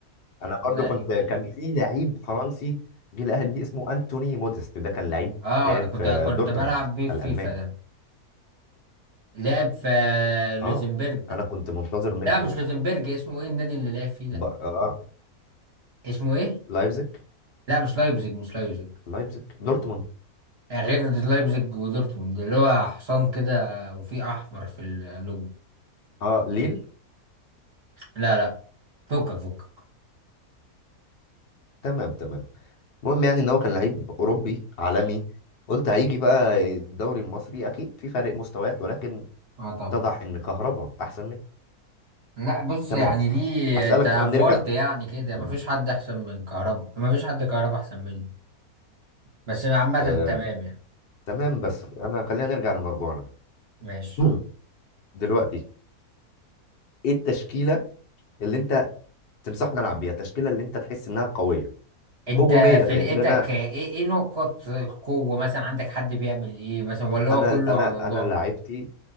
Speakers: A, on the left; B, on the right.
A: انا
B: والله
A: برضو
B: يعين
A: كنت كان في لعيب فرنسي جه الاهلي اسمه انتوني موديست ده كان لعيب
B: اه
A: لعب
B: ده كنت
A: في
B: كنت
A: دورتموند
B: بلعب بيه في
A: الالماني
B: فيفا ده لعب في لوزمبرج
A: اه انا كنت منتظر منه
B: لا مش لوزنبرج اسمه ايه النادي اللي لعب فيه ده
A: ب... آه.
B: اسمه ايه
A: لايبزيج
B: لا مش لايبزيج مش لايبزيج
A: لايبزيج دورتموند
B: غير لايبزيج ودورتموند اللي هو حصان كده وفيه احمر في اللوجو
A: اه ليل
B: لا لا فكك فكك
A: تمام تمام المهم يعني ان هو كان لعيب اوروبي عالمي قلت هيجي بقى الدوري المصري اكيد في فرق مستويات ولكن
B: اه طبعا
A: اتضح ان كهربا احسن
B: لا بص
A: تمام
B: يعني دي
A: هسألك
B: انت افورت
A: بقى نرجع
B: يعني كده
A: مم.
B: مفيش حد احسن من كهربا مفيش حد كهربا احسن منه بس عامة
A: آه،
B: تمام يعني
A: تمام بس انا خلينا نرجع لمرجوعنا
B: ماشي
A: مم. دلوقتي ايه التشكيله اللي انت تنصحنا العب بيها التشكيله اللي انت تحس انها قويه
B: انت
A: هجوميا لان
B: فرقتك
A: انا
B: ايه ايه نقط القوة مثلا عندك حد بيعمل ايه مثلا ولا هو
A: انا
B: كله
A: انا
B: على الله
A: انا لاعبتي